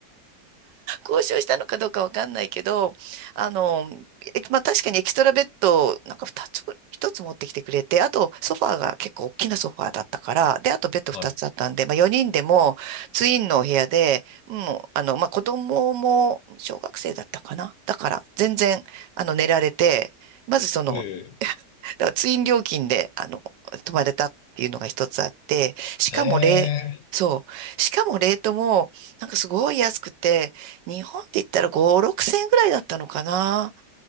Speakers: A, on the right (about 85°); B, on the left (about 80°).
A: 交渉したのかどうかわかんないけど、あの、えまあ確かにエキストラベッドをなんか2つぐ、1つ持ってきてくれて、あとソファーが結構大きなソファーだったから、で、あとベッド2つあったんで、
B: はい。
A: まあ4人でもツインのお部屋で、もう、あの、まあ子供も小学生だったかな。だから全然、あの、寝られて、まずその
B: うん。
A: だからツイン料金で、あの、泊まれたっていうのが一つあって、しかもレ、
B: へえ。
A: そう。しかもレートも、なんかすごい安くて、日本で言ったら5、6千円ぐらいだったのかな。